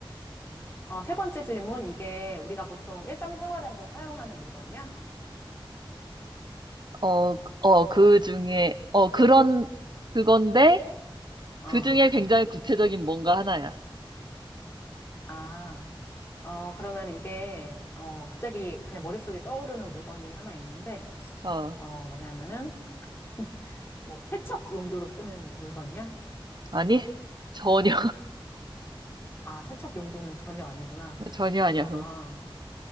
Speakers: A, on the left; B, on the right.
A: 어, 세 번째 질문. 이게 우리가 보통 일상생활에서 사용하는 물건이야?
B: 어, 어, 그 중에 어, 그런 그건데
A: 어.
B: 그 중에 굉장히 구체적인 뭔가 하나야.
A: 아, 어, 그러면 이게, 어, 갑자기 그냥 머릿속에 떠오르는 물건이 하나 있는데,
B: 어,
A: 어, 뭐냐면은, <laughs> 뭐, 세척 용도로 쓰는 물건이야?
B: 아니? 전혀
A: 아, 세척 용도는 전혀 아니구나.
B: <laughs> 전혀 아니야.
A: 아,
B: 어.